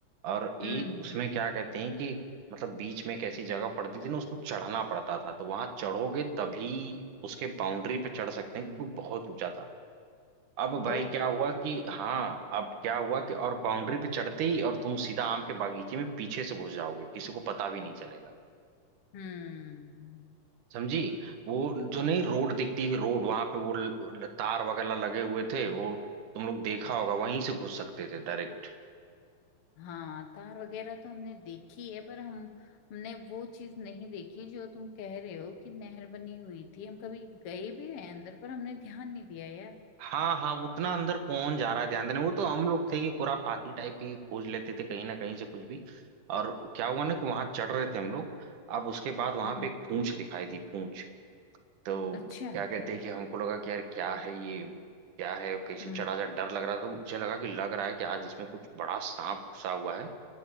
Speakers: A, on the right; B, on the left.
A: और एक
B: हम्म
A: उसमें क्या कहते हैं कि मतलब बीच में एक ऐसी जगह पड़ती थी ना उसको चढ़ना पड़ता था तो वहां चढ़ोगे तभी उसके बाउंड्री पे चढ़ सकते हैं क्योंकि बहुत ऊंचा था अब भाई
B: ओह
A: क्या हुआ कि
B: अच्छा
A: हाँ अब क्या हुआ कि और बाउंड्री पे चढ़ते ही और तुम सीधा आम के बागीचे में पीछे से घुस जाओगे किसी को पता भी नहीं चलेगा
B: हम्म
A: समझी वो
B: बिल्कुल
A: जो नहीं रोड दिखती थी रोड वहां पे वो ल- ल- तार वगैरह लगे हुए थे वो तुम लोग देखा होगा वहीं से घुस सकते थे डायरेक्ट
B: हाँ तार वगैरह तो हमने देखी है पर हम हमने वो चीज नहीं देखी जो तुम कह रहे हो कि नहर बनी हुई थी हम कभी गए भी हैं अंदर पर हमने ध्यान नहीं दिया यार
A: हाँ हाँ उतना अंदर कौन जा रहा है ध्यान देने वो तो हम लोग थे कि खुराफाती टाइप ही खोज लेते थे कहीं ना कहीं से कुछ भी और क्या हुआ ना कि वहां चढ़ रहे थे हम लोग अब उसके बाद वहां
B: हम्म
A: पे एक पूंछ दिखाई दी पूंछ तो
B: अच्छा
A: क्या कहते हैं कि हमको लगा कि यार क्या है ये क्या है कैसे
B: हम्म
A: चढ़ा जा डर लग रहा था तो मुझे लगा कि लग रहा है कि आज इसमें कुछ बड़ा सांप घुसा हुआ है